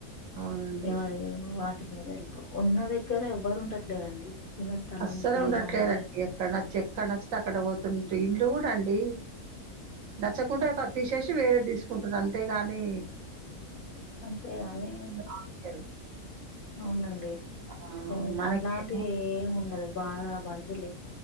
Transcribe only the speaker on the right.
అవునండి
అస్సలు
ఉండట్లేరండి
ఎక్కడ నచ్చి ఎక్కడ నచ్చితే అక్కడ పోతుంటే ఇండ్లు కూడా అండి నచ్చకుంటే ప తీసేసి వేరే తీస్కుంటారు అంతే గాని
రానియ్యరు.
ఆ
మనకేమో